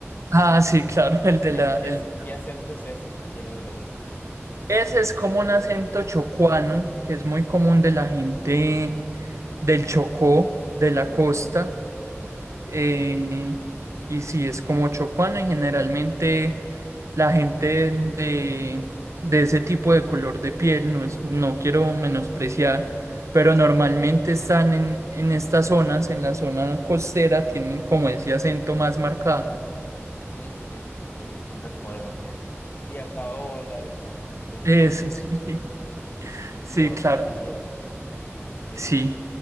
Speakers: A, on the right; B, on the left.
A: Ah, sí, claro, <laughs> el de
B: ¿Qué,
A: la... el-
B: qué ac- qué acento es ese que tiene el,
A: Ese es como un acento chocuano, que es muy común de la gente del Chocó, de la costa.
B: Ujú.
A: eh, y si es como chocuana, y generalmente la gente de, de ese tipo de color de piel, no es, no quiero menospreciar, pero normalmente están en, en estas zonas, en la zona costera, tienen como ese acento más marcado.
B: Sí, sí, sí, me- sí recuerdo que tía Paola dice, eh,
A: Eso sí, <laughs>
B: Dios
A: sí, claro,
B: mío, sí,
A: sí.
B: sí,